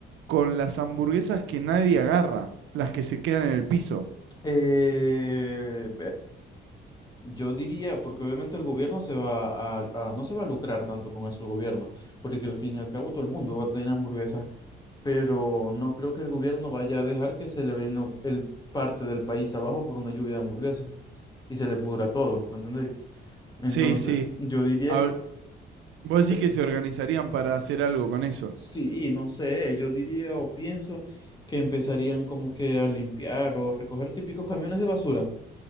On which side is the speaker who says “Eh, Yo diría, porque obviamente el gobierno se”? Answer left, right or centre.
Left